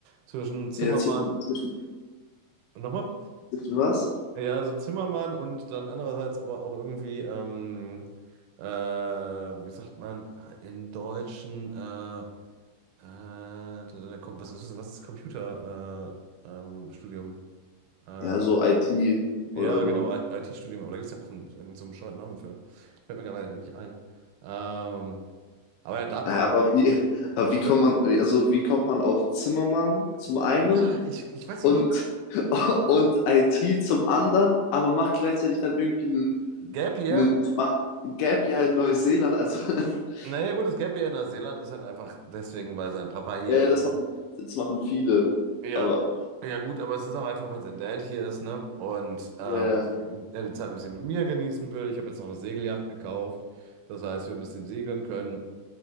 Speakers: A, on the right (about 80°); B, on the left (about 80°).
A: zwischen Zimmermann.
B: ja zwischen, zwischen,
A: Nochmal?
B: zwischen was?
A: Ja, also Zimmermann und dann andererseits aber auch irgendwie, ähm, äh, wie sagt man, in Deutschen, äh, äh, da- da kommt- was ist, was ist Computer, äh, ähm, Studium? Äh,
B: Ja, so IT oder
A: ja,
B: so.
A: genau, IT-Studium, aber da gibt es ja auch einen, irgendeinen so einen bescheuerten Namen für. Fällt mir gerade nicht ein. Ähm, Aber ja, Datenverarbeitung.
B: Ja, Aber wie, aber wie kommt
A: Was?
B: man, also wie kommt man auf Zimmermann zum einen
A: Ja, ich, ich weiß
B: und,
A: nicht, ich glaube,
B: <laughs> und IT zum anderen, aber macht gleichzeitig dann irgendwie einen,
A: Gap Year,
B: einen macht ein Gap Year in Neuseeland. Also <laughs>
A: naja gut, das Gap Year in Neuseeland ist halt einfach deswegen, weil sein Papa hier
B: ja,
A: ist.
B: das
A: ne?
B: machen, das machen viele.
A: Ja,
B: Aber
A: ja gut, aber es ist auch einfach, weil sein Dad hier ist, ne? Und ähm,
B: ja,
A: er die Zeit ein bisschen mit mir genießen will. Ich habe jetzt noch eine Segeljacht gekauft. Das heißt, wir ein bisschen segeln können.